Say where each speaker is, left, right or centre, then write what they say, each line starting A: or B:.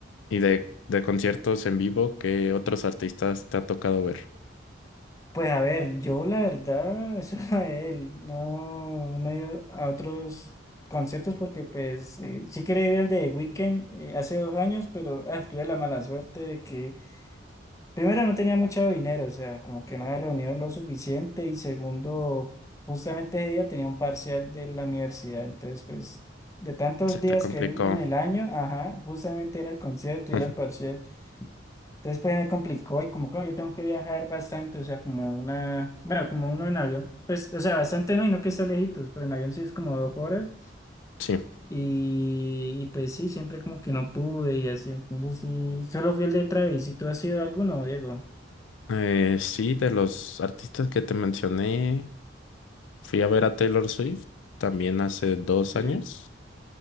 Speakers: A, on the left; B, on the left.
A: ¿Y de, de conciertos en vivo, qué otros artistas te ha tocado ver?
B: Pues a ver, yo la verdad, <laughs> eso a él, no, no he ido a otros conciertos porque pues eh, sí quería ir al de Weekend hace dos años, pero ah, tuve la mala suerte de que primero no tenía mucho dinero, o sea, como que no había reunido lo suficiente y segundo, justamente ese día tenía un parcial de la universidad, entonces pues de tantos
A: Se
B: días
A: te complicó.
B: que hay en el año, ajá, justamente era el concierto
A: <laughs>
B: y era el parcial. Entonces pues me complicó y como claro, yo tengo que viajar bastante, o sea, como una, bueno, como uno en avión, pues, o sea, bastante no, y no que está lejitos, pero en avión sí es como dos horas
A: Sí.
B: y, y pues sí, siempre como que no pude y así, entonces sí, solo fui el de Travis, ¿y tú has sido alguno, Diego?
A: Eh, sí, de los artistas que te mencioné, fui a ver a Taylor Swift también hace dos
B: Sí.
A: años.